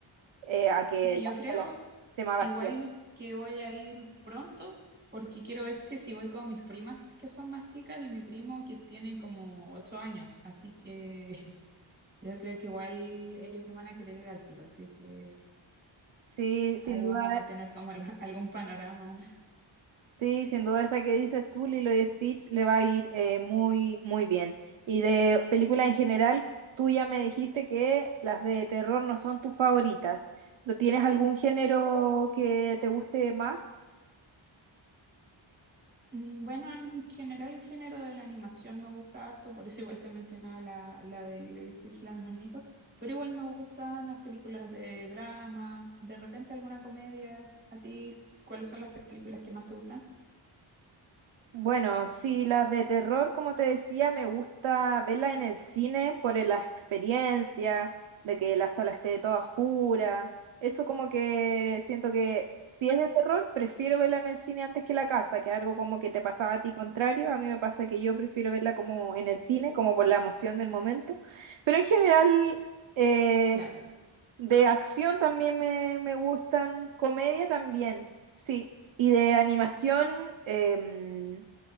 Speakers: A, on the right; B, on the right.
A: eh, a que
B: Sí, yo
A: la
B: creo
A: sala esté más
B: Igual
A: vacía.
B: que voy a ir pronto, porque quiero ver si, si voy con mis primas que son más chicas y mi primo que tiene como ocho años. Así que <laughs> yo creo que igual ellos van a querer ir al tiro. Así que
A: Sí, sin
B: ahí
A: duda,
B: vamos a tener como algo- <laughs> algún panorama.
A: sí, sin duda esa que dices tú, Lilo y Stitch, le va a ir eh, muy, muy bien. Y de películas en general, tú ya me dijiste que las de terror no son tus favoritas. ¿no tienes algún género que te guste más?
B: Mm, Bueno, en general el género de la animación me gusta harto, por eso igual te mencionaba la, la de Lilo y Stitch, la de Monito, pero igual me gustan las películas de drama, de repente alguna comedia. ¿A ti cuáles son las películas que más te gustan?
A: Bueno, sí, las de terror, como te decía, me gusta verlas en el cine por el- la experiencia, de que la sala esté toda oscura. Eso como que siento que si es de terror, prefiero verla en el cine antes que en la casa, que algo como que te pasaba a ti contrario. A mí me pasa que yo prefiero verla como en el cine, como por la emoción del momento. Pero en general, eh,
B: Claro.
A: de acción también me, me gustan, comedia también, sí. Y de animación... em,